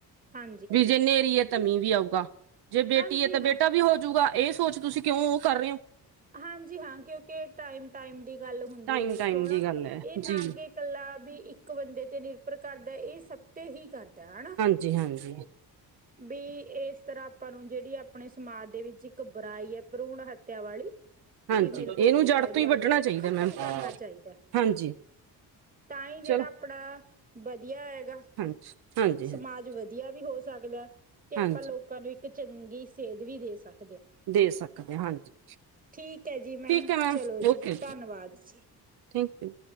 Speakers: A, on the right (about 20°); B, on the right (about 75°).
A: ਹਾਂ
B: ਵੀ ਜੇ ਨੇਰੀ ਐ ਤਾਂ ਮ੍ਹੀਂ ਵੀ ਆਊਗਾ ਜੇ ਬੇਟੀ
A: ਹਾਂਜੀ
B: ਐ ਤਾਂ
A: ਹਾਂ
B: ਬੇਟਾ ਵੀ ਹੋਜੂਗਾ ਏ ਸੋਚ ਤੁਸੀਂ ਕਿਉਂ ਓ ਕਰ ਰੇ ਓ?
A: ਹਾਂਜੀ ਹਾਂ ਕਿਉਂਕਿ ਟਾਈਮ ਟਾਈਮ ਦੀ ਗੱਲ ਹੁੰਦੀ
B: ਟਾਈਮ
A: ਐ ਦੇਖੋ
B: ਟਾਈਮ
A: ਹੈਨਾ
B: ਦੀ ਗੱਲ ਹੈ
A: ਏ ਨਾਗੇ
B: ਜੀ
A: ਕੱਲਾ ਵੀ ਇੱਕ ਇੱਕ ਬੰਦੇ ਤੇ ਨਿਰਭਰ ਕਰਦਾ ਇਹ ਸਬ ਤੇ ਈ ਕਰਦਾ ਐਨਾ।
B: ਜੀ ਹਾਂਜੀ।
A: ਵੀ ਇਸ ਤਰ੍ਹਾਂ ਆਪਾਂ ਨੂੰ ਜਿਹੜੀ ਆਪਣੇ ਸਮਾਜ ਦੇ ਵਿੱਚ ਇੱਕ ਬੁਰਾਈ ਹੈ ਭਰੂਣ ਹੱਤਿਆ ਵਾਲੀ
B: ਹਾਂਜੀ
A: ਫੀਮੇਲ ਫੋਟੀਸਾਈਡ
B: ਇਹਨੂੰ ਜੜ ਤੋਂ
A: ਵਾਲੀ
B: ਹੀ ਵੱਢਣਾ
A: ਇਹਨੂੰ
B: ਚਾਹੀਦਾ
A: ਖਤਮ
B: ਮੈਮ
A: ਕਰਨਾ ਚਾਹੀਦਾ।
B: ਹਾਂਜੀ
A: ਤਾਂ ਹੀ ਜਿਹੜਾ
B: ਚਲੋ
A: ਆਪਣਾ ਵਧੀਆ ਹੈਗਾ
B: ਹਾਂਜੀ ਹਾਂਜੀ
A: ਸਮਾਜ
B: ਹਾਂਜੀ
A: ਵਧੀਆ ਵਧੀਆ ਵੀ ਹੋ ਸਕਦਾ ਹੈ ਤੇ ਆਪਾਂ
B: ਹਾਂਜੀ
A: ਲੋਕਾਂ ਨੂੰ ਇੱਕ ਚੰਗੀ ਸੇਧ ਵੀ ਦੇ ਸਕ
B: ਦੇ ਸਕਦੇ ਹੀ ਹਾਂਜੀ
A: ਠੀਕ ਹੈ ਜੀ ਮੈਮ
B: ਠੀਕ ਹੈ
A: ਚਲੋ ਜੀ
B: ਓਕੇ
A: ਤੰਨਵਾਦ ਜੀ।
B: Thank you